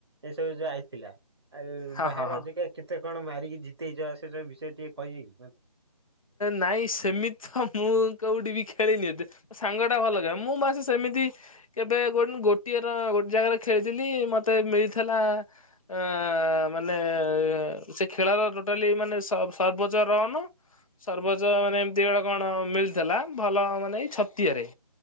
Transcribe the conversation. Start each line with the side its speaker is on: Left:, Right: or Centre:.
Right: ଏ ସବୁ ଯୋଉ ଆଇଥିଲା ଆଉ
Left: ହଁ
Right: ବାହାର
Left: ହଁ ହଁ
Right: ଜେଗା କେତେ କଣ ମାରିକି ଜିତେଇଛ ସେ ସବୁ ବିଷୟ ଟିକେ କହିବେକି ମତେ।
Left: ନାଇଁ ସେମିତି ତ ମୁଁ କୋଉଠି ବି ଖେଳିନି ଏତେ। ସାଙ୍ଗ ଟା ଭଲ ଖେଳେ ମୁଁ ବାସେ ସେମିତି କେବେ ଗୋ ଗୋଟିଏର ଗୋଟେ ଜାଗାରେ ଖେଳିଥିଲି ମୋତେ ମିଳିଥିଲା ଆଁ ମାନେ ସେ ଖେଳର ଟୋଟାଲି ମାନେ ସବ ସର୍ବୋଚ୍ଚ ରନ ସର୍ବୋଚ ମାନେ ଏମିତି ଗୋଟେ କଣ ମିଳିଥିଲା ଭଲ ମାନେ ଏଇ ଛତିଆରେ।